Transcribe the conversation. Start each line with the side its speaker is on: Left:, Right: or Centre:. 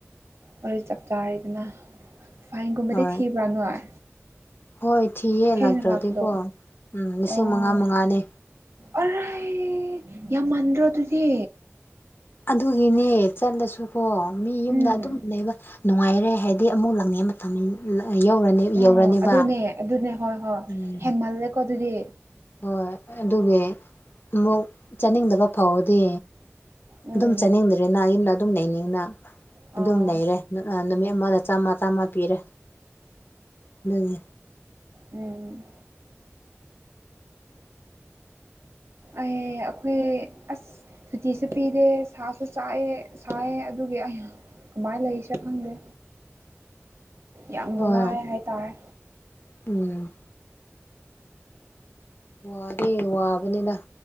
Right: ꯋꯥꯔꯤ ꯆꯞ ꯆꯥꯔꯤꯗꯅ ꯐꯥꯏꯟꯒꯨꯝꯕꯗꯤ
Left: ꯍꯣꯏ
Right: ꯊꯤꯕ꯭ꯔꯥ ꯅꯣꯏ
Left: ꯍꯣꯏ ꯊꯤꯌꯦ
Right: ꯊꯥꯠꯅꯥ
Left: ꯂꯥꯛꯇ꯭ꯔꯗꯤꯀꯣ
Right: ꯂꯛꯄꯗ
Left: ꯎꯝ ꯂꯤꯁꯤꯡ
Right: ꯑꯣ
Left: ꯃꯉꯥ ꯃꯉꯥꯅꯦ
Right: ꯑꯔꯥꯏ ꯌꯥꯝ ꯃꯥꯟꯗ꯭ꯔꯣ ꯑꯗꯨꯗꯤ
Left: ꯑꯗꯨꯒꯤꯅꯦ ꯆꯠꯂꯁꯨꯀꯣ ꯃꯤ ꯌꯨꯝꯗ
Right: ꯎꯝ
Left: ꯑꯗꯨꯝ ꯂꯩꯕ ꯅꯨꯡꯉꯥꯏꯔꯦ ꯍꯥꯏꯗꯤ ꯑꯃꯨꯛ ꯂꯪꯅꯤꯡ ꯃꯇꯝ ꯌꯧꯔꯅꯤ
Right: ꯎ
Left: ꯌꯧꯔꯅꯤꯕ
Right: ꯑꯗꯨꯅꯦ ꯑꯗꯨꯅꯦ ꯍꯣꯏ ꯍꯣꯏ
Left: ꯎꯝ
Right: ꯍꯦꯟꯃꯜꯂꯦꯀꯣ ꯑꯗꯨꯗꯤ
Left: ꯍꯣꯏ ꯑꯗꯨꯒꯤ ꯑꯃꯨꯛ ꯆꯥꯅꯤꯡꯗꯕ ꯐꯥꯎꯕꯗꯤ
Right: ꯎꯝ
Left: ꯑꯗꯨꯝ ꯆꯥꯅꯤꯡꯗ꯭ꯔꯦꯅ ꯌꯨꯝꯗ ꯑꯗꯨꯝ ꯂꯩꯅꯤꯡꯅ
Right: ꯑꯥꯎ
Left: ꯑꯗꯨꯝ ꯂꯩꯔꯦ ꯅꯨꯃꯤꯠ ꯑꯃꯗ ꯆꯥꯝꯃ ꯆꯥꯝꯃ ꯄꯤꯔꯦ ꯑꯗꯨꯅꯦ
Right: ꯎꯝ ꯑꯩ ꯑꯩꯈꯣꯏ ꯑꯁ ꯁꯨꯇꯤꯁꯨ ꯄꯤꯗꯦ ꯁꯥꯁꯨ ꯆꯥꯛꯑꯦ ꯁꯥꯏꯑꯦ ꯑꯗꯨꯒꯤ ꯀꯃꯥꯏꯅ ꯂꯩꯁꯦ ꯈꯪꯗꯦ ꯌꯥꯝꯅ
Left: ꯍꯣꯏ
Right: ꯋꯥꯏ ꯍꯥꯏꯇꯥꯔꯦ
Left: ꯎꯝ ꯋꯥꯔ ꯋꯥꯕꯅꯤꯅ